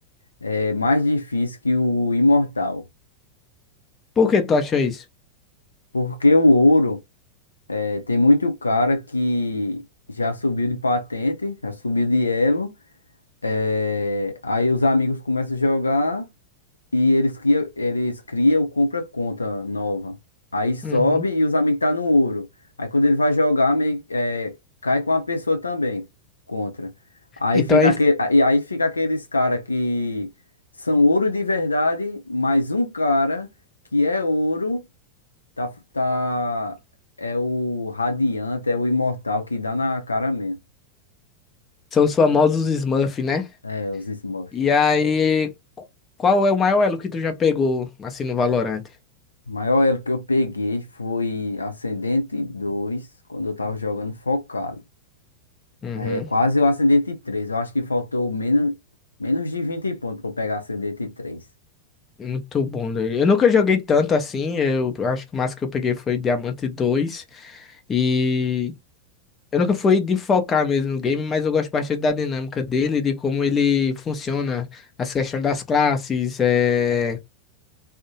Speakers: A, on the left; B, on the left.
A: é mais difícil que o imortal,
B: Por que tu acha isso?
A: porque o ouro É, tem muito cara que já subiu de patente, já subiu de elo. é, aí os amigos começam a jogar e eles cria, eles criam ou compra conta nova. Aí sobe
B: Uhum.
A: e os amigos tá no ouro. Aí quando ele vai jogar, meio, é, cai com a pessoa também contra. Aí
B: Então,
A: fica
B: aí
A: aquele, aí aí fica aqueles cara que são ouro de verdade, mais um cara que é ouro. Tá, tá, é o Radiante, é o Imortal que dá na cara mesmo.
B: São os famosos Smurf, né?
A: É, os Smurfs.
B: E aí, qual é o maior elo que tu já pegou, assim, no Valorant?
A: O maior elo que eu peguei foi Ascendente 2 quando eu tava jogando focado.
B: Uhum.
A: É, quase eu Ascendente três Eu acho que faltou menos, menos de 20 pontos pra eu pegar Ascendente três
B: Muito bom, daí. Eu nunca joguei tanto assim. Eu acho que o máximo que eu peguei foi Diamante 2. E eu nunca fui de focar mesmo no game, mas eu gosto bastante da dinâmica dele, de como ele funciona, as questões das classes, é...